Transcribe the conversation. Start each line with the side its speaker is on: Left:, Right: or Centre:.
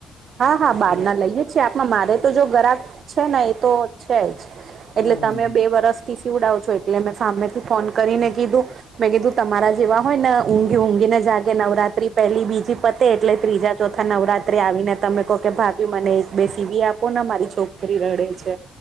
Right: હા હા બદ
Left: હમ
Right: ના લઈએે છીએ આપણા મારે તો જો ગરાક છે ને એ તો છે જ એટલે
Left: હમ
Right: તમે
Left: હમ.
Right: બે વરસથી સીવડાવ છો એટલે મેં સામેથી ફોન કરીને કીધું મેં કીધું તમારા જેવા હોય ને ઊંઘી ઊંઘી ને જાગે નવરાત્રી પહેલી બીજી પતે એટલે ત્રીજા ચોથા નવરાત્રી આવીને તમે કહો કે ભાભી મને એક બે સીવી આપો ને મારી છોકરી રડે છે